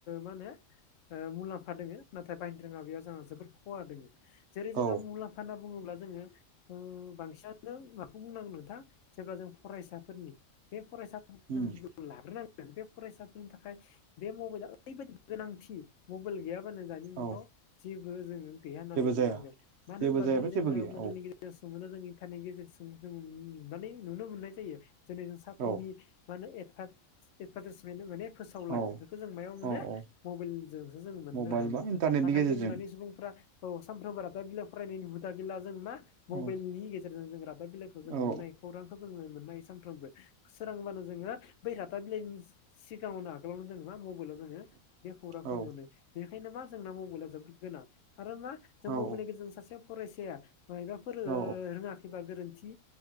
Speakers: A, on the left; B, on the right.
A: मा होनो मुलाम्फा दोङो नाथाय बाहायनो रोङाबा बेयाव जोंहा जोबोद खहा दङ जेरै जोंहा
B: औ
A: मुलाम्फा होनना बुङोब्ला जोङो बांसिनानो माखौ बुंनांगोन नोंथां जेब्ला जों फरायसाफोरनि बे फरायसा जों
B: उम
A: लाग्रोनांगोन बे फरायसाफोरनि थाखाय बे मबाइला ओरैबायाददि गोनांथि मबाइल गैयाबा दानि
B: औ
A: जेबो जोङ गैया होननानै
B: जेबो
A: बुंनांगोन
B: जाया
A: मानो
B: जेबो
A: होनब्ला
B: जायाबा
A: दिनै जोङो
B: जेबो गैया
A: मबाइलनि
B: औ
A: गेजेराव मोनो जों इन्टारनेनि गेजेरजों जों नुनानै नुनो मोननाय जायो जेरै जों साफ्रिनि
B: औ
A: मा होनो एदभार्टाइसमेन्ट माने फोसावलाय
B: औ
A: बेफोरखौ जों मायाव मोनो
B: औ औ
A: मबाइलजोंसो जों मोननो
B: मबाइल
A: हायो
B: बा इन्टारनेटनि
A: नाथाय
B: गेजेरजों
A: जोंडो दानि सुबुंफोरा औ सानफ्रोमबोर दा रादाब बिलाइ फरायनायनि हुदा गैला जों मा मबाइलनि
B: औ
A: गेजेरजों जों रादाब बिलाइखौ जों मोननाय
B: औ
A: खौरांखौ जोङो मोननाय सानफ्रोमबो सोरांब्लानो जोङो बै रादाब बिलाइनि सिगाङावनो आगोलावनो जोङो मा मबाइलाव जोङो बे खौरांखौ
B: औ
A: मोनो बेनिखायनो मा जोंना मबाइला जोबोद गोनां आरो मा जों
B: औ
A: मबाइलनि गेजेरजों सासे फरायसाया मबाफोर
B: औ
A: रोङाखैबा गोरोन्थि